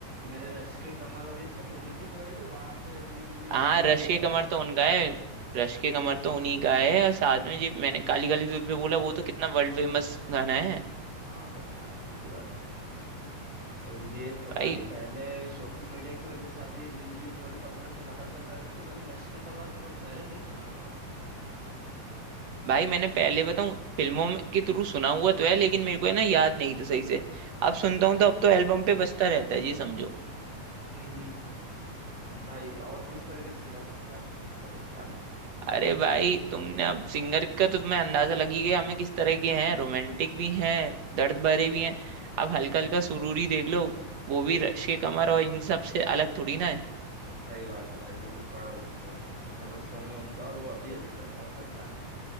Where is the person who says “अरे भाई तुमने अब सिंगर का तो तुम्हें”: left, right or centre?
Right